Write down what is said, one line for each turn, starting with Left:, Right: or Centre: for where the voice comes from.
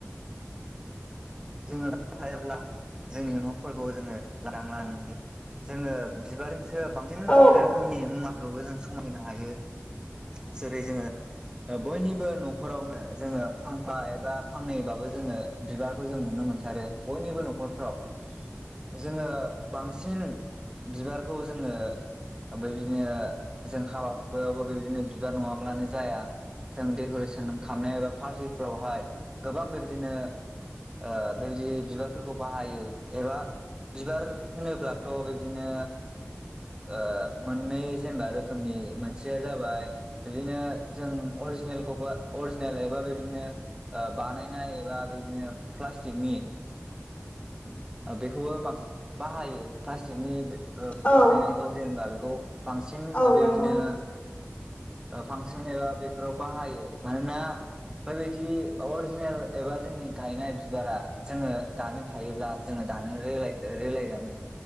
Right: जोङो थायाब्ला जोंनि न'फोरखौ जोङो लादां दां नुयो जोङो बिबारजोंसो बांसिन
Left: औ
Right: रोखोमनि मुवाफोरखौबो जों समायहोनो हायो जेरै जोङो बयनिबो न'खरावनो जोङो फांफा एबा फांनैबाबो जोङो बिबारखौ जों नुनो मोनथारो बयनिबो न'खरफ्राव जोङो बांसिन बिबारखौ जोङो बेबायदिनो जों हाबा हुखायावबो बेबायदिनो बिबार नङाब्लानो जाया जों डेक'रेसन खालामनाय एबा पार्टिफ्रावहाय गोबां बेबायदिनो ओ बेबादि बिबारफोरखौ बाहायो एबा बिबार होनोब्लाथ' बिबदिनो ओ मोननै जेनेबा रोखोमनि मोनसेया जाबाय बिदिनो जों अरिजिनेलखौबो अरिजिनेल एबा बिबदिनो ओ बानायनाय एबा बिदिनो प्लास्टक नि बेखौबो बांसिन बाहायो प्लास्टिकनि
Left: औ
Right: बानायनायखौ जेनेबा बेखौ बांसिन
Left: औ
Right: बेबायदिनो
Left: नंगौ
Right: फांसन एबा बेफोराव बाहायो मानोना बेबादि अरिजिनेल एबा जोंनि गायनाय बिबारा जोङो दानो खायोब्ला जोङो दानो रेलाय रेलायगोन